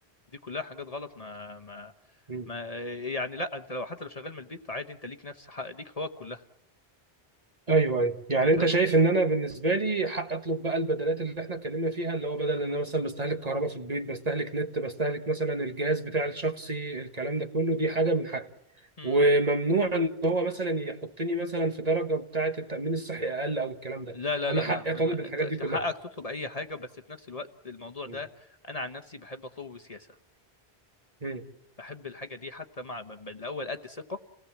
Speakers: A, on the left; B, on the right.
A: دي كلها حاجات غلط ما ما
B: مم.
A: ما يعني لا انت لو حتى لو شغال من البيت عادي انت ليك نفس حق ليك حقوقك كلها
B: ايوه ايوه يعني
A: ما تم
B: انت شايف ان انا بالنسبه لي حق اطلب بقى البدلات اللي احنا اتكلمنا فيها اللي هو بدل ان انا مثلا بستهلك كهرباء في البيت بستهلك نت بستهلك مثلا الجهاز بتاع الشخصي الكلام ده كله دي حاجه من حقي
A: مم.
B: وممنوع ان هو مثلا يحطني مثلا في درجه بتاعه التامين الصحي اقل او الكلام ده
A: لا لا
B: انا
A: لا
B: حقي
A: لا من
B: اطالب
A: حق- انت
B: الحاجات
A: انت
B: دي كلها
A: حقك تطلب اي حاجه بس في نفس الوقت الموضوع ده
B: مم.
A: انا عن نفسي بحب اطلبه بسياسه
B: مم.
A: بحب الحاجه دي حتى مع ب- ب- الاول قد ثقه